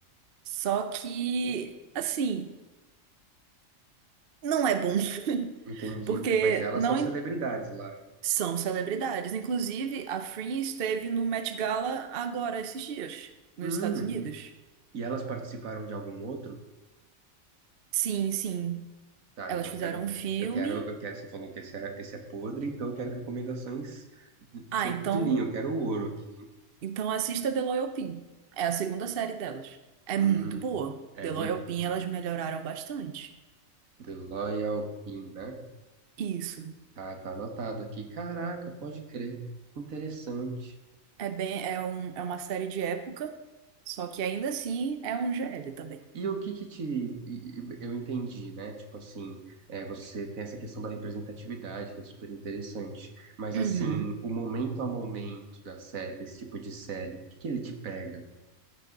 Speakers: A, on the right (about 50°); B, on the right (about 75°).
A: Só que, assim, não é bom. <laughs>
B: entendi.
A: Porque
B: Mas elas
A: não,
B: são celebridades lá, né?
A: São celebridades. Inclusive, a Free esteve no Met Gala agora, esses dias, nos
B: Hum,
A: Estados Unidos.
B: e elas participaram de algum outro?
A: Sim, sim.
B: Tá,
A: Elas
B: então
A: fizeram
B: eu quero,
A: um filme.
B: eu quero, eu quero, você falou que esse é, esse é podre, então eu quero recomendações de
A: Ah,
B: topo
A: então,
B: de linha, eu quero ouro aqui, hein?
A: então assista The Loyal Pin. É a segunda série delas. É muito
B: Hum,
A: boa.
B: é
A: The
B: muito
A: Loyal
B: boa.
A: Pin, elas melhoraram bastante.
B: The Loyal Pin, né?
A: Isso.
B: Tá, tá anotado aqui. Caraca, pode crer. Que interessante.
A: É bem, é um, é uma série de época, só que ainda assim é um GL também.
B: E o que que te. e- e- Eu entendi, né? Tipo assim, é, você tem essa questão da representatividade, que é super interessante. Mas
A: Uhum.
B: assim, o momento a momento da série, desse tipo de série, o que que ele te pega?